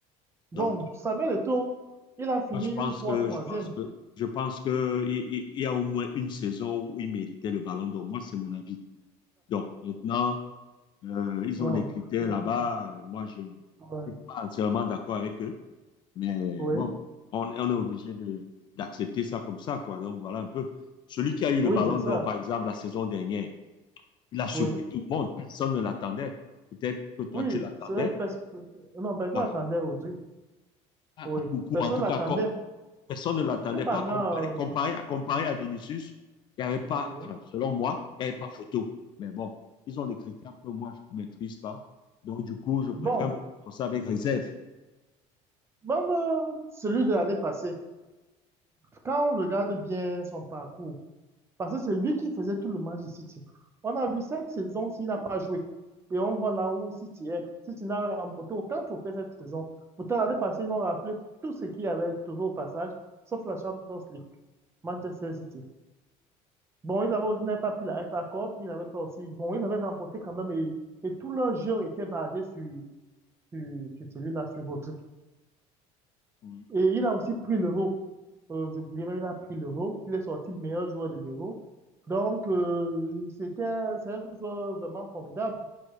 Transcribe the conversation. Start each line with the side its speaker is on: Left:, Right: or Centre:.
Right: Bon,
Left: Donc,
Right: Samuel Eto'o, il a fini
Left: moi, je pense
Right: une fois
Left: que
Right: troisième.
Left: je pense que je pense que il, il- il y a au moins une saison où il méritait le ballon d'or. Moi, c'est mon avis. Donc maintenant, euh, ils
Right: Bon,
Left: ont des critères
Right: euh,
Left: là-bas. Euh, Moi, je ne
Right: ouais,
Left: suis pas entièrement d'accord avec eux. Mais
Right: oui,
Left: bon, on, est- on est obligé de- d'accepter ça comme ça, quoi. Donc voilà un peu. Celui qui a eu
Right: oui,
Left: le ballon
Right: c'est ça.
Left: d'or, par exemple, la saison dernière, il a surpris
Right: Oui,
Left: tout le monde. Personne ne l'attendait. Peut-être que toi,
Right: oui,
Left: tu l'attendais.
Right: c'est pers- non, personne
Left: Voilà,
Right: attendait Audrey.
Left: pas
Right: Oui,
Left: beaucoup.
Right: personne
Left: En tout
Right: l'attendait.
Left: cas, personne ne l'attendait
Right: Cependant,
Left: pas. Comparé,
Right: euh,
Left: comparé, comparé à Vinicius, il n'y avait pas,
Right: oui.
Left: enfin, selon moi, il n'y avait pas photo. Mais bon, ils ont des critères que moi, je ne maîtrise pas. Donc, du coup, je préfère
Right: Bon,
Left: me prononcer avec réserve.
Right: même euh, celui de l'année passée, quand on regarde bien son parcours, Parce que c'est lui qui faisait tout le match de City. On a vu cette saison s'il n'a pas joué. Et on voit là où City est. City n'a remporté aucun trophée cette saison. Pourtant, l'année passée, ils ont rappelé tout ce qu'il y avait toujours au passage, sauf la Champions League, Manchester City. Bon, ils avaient aussi n'avaient pas pris la FA Cup, ils n'avaient pas aussi. Bon, ils avaient remporté quand même et, et tout leur jeu était basé sur, sur, sur celui-là, sur Rodri.
Left: Oui,
Right: Et il a aussi pris l'euro. Euh, j'oubliais même, il a pris l'Euro. Il est sorti meilleur joueur de l'Euro. Donc, euh, c'était, c'est un joueur vraiment formidable.